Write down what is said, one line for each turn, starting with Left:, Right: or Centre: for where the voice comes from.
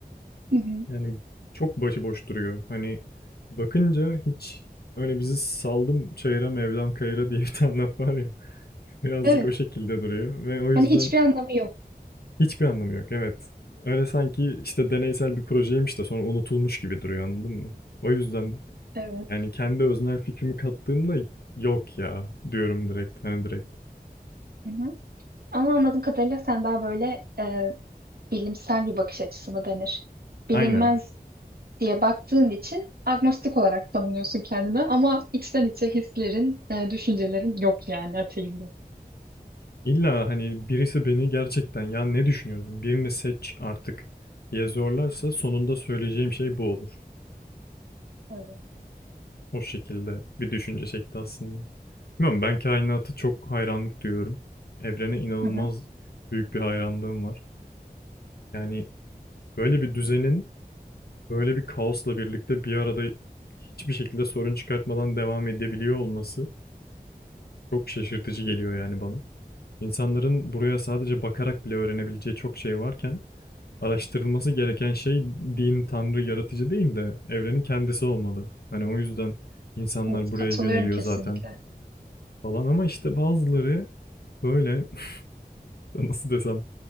Right: hı hı.
Left: Yani, çok başıboş duruyor. Hani, bakınca hiç öyle bizi saldım çayıra Mevlam kayıra diye <laughs> bir tane laf var ya, <laughs> birazcık
Right: Evet.
Left: o şekilde duruyor ve o yüzden
Right: Hani hiçbir anlamı yok.
Left: hiçbir anlamı yok. Evet. Öyle sanki, işte, deneysel bir projeymiş de sonra unutulmuş gibi duruyor, anladın mı? O yüzden,
Right: Evet.
Left: yani, kendi öznel fikrimi kattığımda "Yok ya." diyorum direkt, hani, direkt.
Right: Hı hı. Ama anladığım kadarıyla sen daha böyle e, bilimsel bir bakış açısı mı denir? Bilinmez
Left: Aynen.
Right: diye baktığın için agnostik olarak tanımlıyorsun kendini ama içten içe hislerin, e, düşüncelerin yok yani ateizm.
Left: İlla, hani, birisi beni gerçekten "Ya, ne düşünüyorsun? Birini seç artık." diye zorlarsa sonunda söyleyeceğim şey bu olur.
Right: Evet.
Left: O şekilde bir düşünce şekli aslında. Bilmiyorum ben kainata çok hayranlık duyuyorum. Evrene inanılmaz
Right: Hı hı.
Left: büyük bir hayranlığım var. Yani böyle bir düzenin böyle bir kaosla birlikte bir arada hiçbir şekilde sorun çıkartmadan devam edebiliyor olması çok şaşırtıcı geliyor yani bana. İnsanların buraya sadece bakarak bile öğrenebileceği çok şey varken araştırılması gereken şey din, tanrı, yaratıcı değil de evrenin kendisi olmalı. Hani o yüzden insanlar
Right: Evet,
Left: buraya
Right: katılıyorum
Left: yöneliyor
Right: kesinlikle.
Left: zaten. falan ama işte bazıları böyle <laughs> nasıl desem